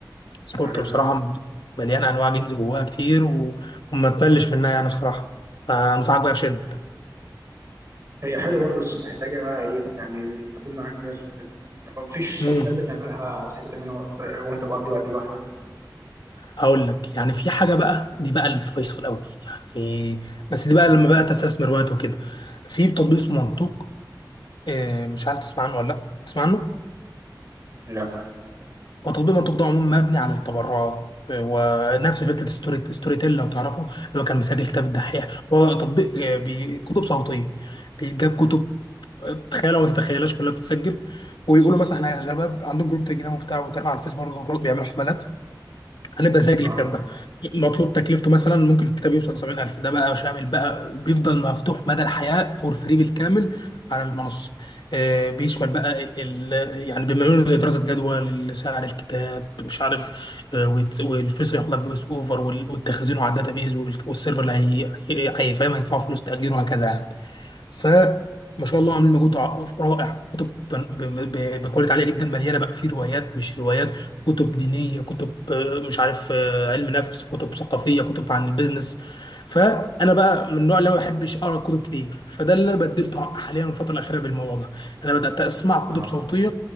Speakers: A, on the left (about 75°); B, on the right (about 40°).
A: سبوركل
B: عارفها
A: بصراحه مليانه انواع جيمز جواها كتير و... وما تملش منها يعني بصراحه فانصحك بقى بشده
B: هي حلوة برضه بس محتاجة بقى إيه يعني تكون معاك ناس وكده طب مفيش
A: امم
B: حاجات بتعملها بتحب تعملها وقت- وأنت بقضي وقت لوحدك؟
A: هقول لك يعني في حاجه بقى دي بقى الفيصل قوي يعني بس دي بقى
B: مم.
A: لما بقى تستثمر وقت وكده في تطبيق اسمه منطوق آه، مش عارف تسمع عنه ولا لا تسمع عنه
B: لا
A: هو تطبيق منطوق ده عموما مبني على التبرعات ونفس فكره ستوري ستوري تيل لو تعرفه اللي هو كان مسجل كتاب الدحيح هو تطبيق آه، بي... كتب صوتيه بيجاب كتب تخيلها وما تتخيلهاش كلها بتتسجل ويقولوا مثلا احنا يا شباب عندهم جروب تليجرام وبتاع وتابع على الفيس برضه برضه بيعملوا حملات هنبقى زيك
B: اه
A: الكتاب ده مطلوب تكلفته مثلا ممكن الكتاب يوصل 70000 ده بقى شامل بقى بيفضل مفتوح مدى الحياة فور فري بالكامل على المنصة آه، بيشمل بقى ال... يعني بيعملوا زي دراسة جدوى لسعر الكتاب مش عارف آه، والت- والفلوس اللي هياخدها فويس اوفر وال- والتخزين على الداتابيز وال- والسيرفر اللي هي هي- هيفهم هيدفعوا فلوس تأجيره وهكذا يعني فما شاء الله عاملين مجهود ع- رائع كتب ب- ب- ب- بكواليتي عاليه جدا مليانه بقى في روايات مش روايات كتب دينيه كتب آه، مش عارف آه، علم نفس كتب ثقافيه كتب عن البيزنس فانا بقى من النوع اللي ما بحبش اقرا كتب كتير فده اللي انا بدلته ع- حاليا الفتره الاخيره بالموضوع ده انا بدات اسمع كتب
B: اه
A: صوتيه